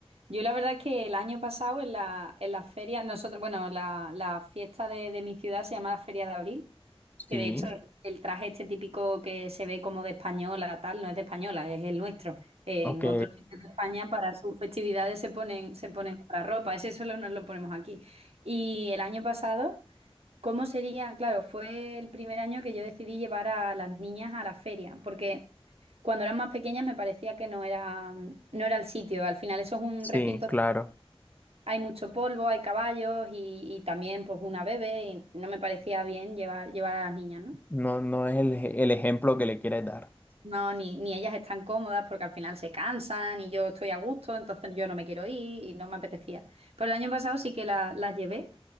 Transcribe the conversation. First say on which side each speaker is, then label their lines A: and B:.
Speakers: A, on the right (about 75°); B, on the left (about 15°).
A: Yo la verdad que el año pasado en la, en la feria, nosotros, bueno, la, la fiesta de, de mi ciudad se llama la Feria de Abril,
B: Sí,
A: que de hecho el, el traje este típico que se ve como de española, tal, no es de española, es el nuestro. En
B: ok,
A: otros sitios de España para sus festividades se ponen, se ponen otra ropa, ese solo nos lo ponemos aquí. Y el año pasado... ¿Cómo sería? Claro, fue el primer año que yo decidí llevar a las niñas a la feria, porque cuando eran más pequeñas me parecía que no era, mm, no era el sitio. Al final eso es un
B: sí,
A: recinto,
B: claro.
A: hay mucho polvo, hay caballos y, y también pues una bebé y no me parecía bien llevar, llevar a las niñas, ¿no?
B: No, no es el, el ejemplo que le quieres dar.
A: No, ni, ni ellas están cómodas porque al final se cansan y yo estoy a gusto, entonces yo no me quiero ir y no me apetecía. Pero el año pasado sí que la- las llevé.